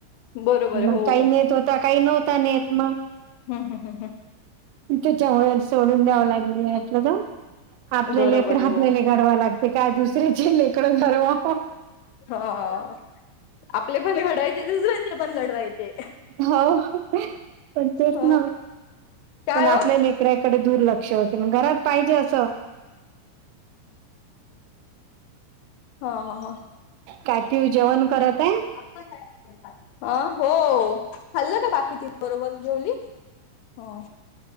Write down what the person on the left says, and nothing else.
बरोबर आहे
हो.
हम्म हम्म
हम्म
बरोबर
आहे
हो.
हा आपले पण घडवायचे, दुसऱ्याचे पण घडवायचे.
ह
काय
हो
हा हा हा
आप का अ हो खाल्लं का बाकी, ती बरोबर जेवली हो.